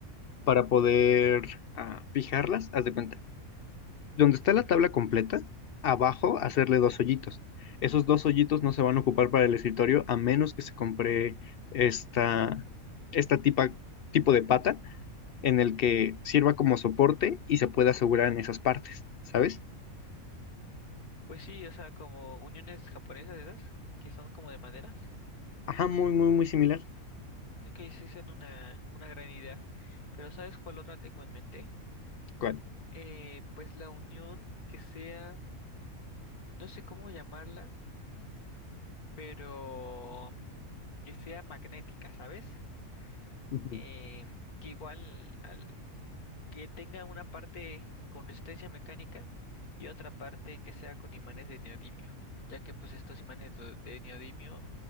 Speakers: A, on the left; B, on the left.
A: para poder ah, fijarlas, haz de cuenta. Donde está la tabla completa, abajo hacerle dos hoyitos. Esos dos hoyitos no se van a ocupar para el escritorio a menos que se compre esta, esta tipa, tipo de pata en el que sirva como soporte y se pueda asegurar en esas partes, ¿sabes?
B: Pues sí, o sea, como uniones japonesas esas, que son como de maderas.
A: Ajá, muy, muy, muy similar.
B: Ok, sí, son una, una gran idea. Pero ¿sabes cuál otra tengo en mente?
A: ¿Cuál?
B: eh, pues la unión que sea, no sé cómo llamarla, pero que sea magnética, ¿sabes?
A: Ujú.
B: Eh, que igual ah, que tenga una parte con resistencia mecánica y otra parte que sea con imanes de neodimio, ya que pues estos imanes do- de neodimio